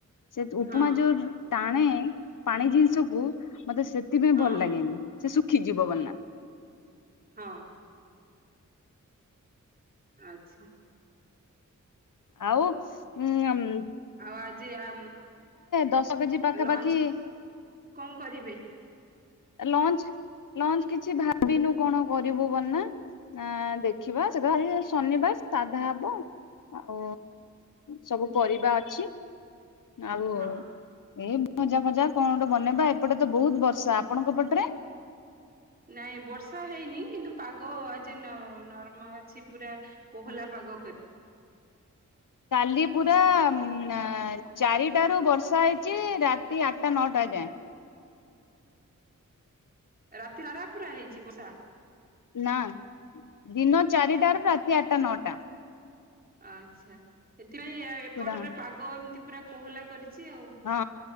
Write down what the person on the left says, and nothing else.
ସେ ଉପମା
ଯୋଉ ଟାଣେ ପାଣି ଜିନିଷକୁୁ ମତେ ସେଥିପାଇଁ
ଭଲ ଲାଗେନି। ସେ ଶୁଖିଯିବ ବୋଲି ନା।
ଆଉ ଉ
ଦଶ କେଜି ପାଖାପାଖି
ଲଞ୍ଚ୍ ଲଞ୍ଚ୍ କିଛି ଭାବିନୁ କଣ କରିବୁ ବନା ଆଁ ଦେଖିବା ସେ ତ ଶନିବାର ସାଧା ହବ। ଆଉ ସବୁ ପରିବା ଅଛି। ଆଉ
ଏ ଭଜା ଫଜା କଣ ଗୋଟେ ବନେଇବା ଏପଟେ ତ ବହୁତ୍ ବର୍ଷା। ଆପଣଙ୍କ ପଟରେ?
କାଲି
ପୁରା ନା ଚାରି ଟାରୁ ବର୍ଷା ହେଇଛି ରାତି ଆଠ୍ ଟା ନଅଟା ଯାଏ।
ନା ଦିନ ଚାରିଟାରେ ରାତି ଆଠ୍ ଟା ନଅଟା।
ପୁରା
ହଁ